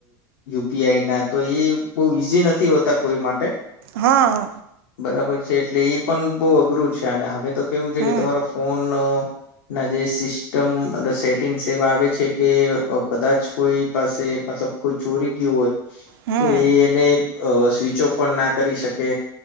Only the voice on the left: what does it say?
યુપીઆઈ ના તો એ બહ ઈઝી નથી હોતા કોઈ માટે
બરાબર છે એટલે એ પણ બહ અઘરું છે અને હવે તો કેવું છે
કે તમારો ફોન ના જે સિસ્ટમ સેટિંગ્સ એવા આવે છે કે કદાચ કોઈ પાસે મતલબ કોઈ ચોરી ગયું હોય
તો એ એને સ્વિચ ઓફ પણ ના કરી શકે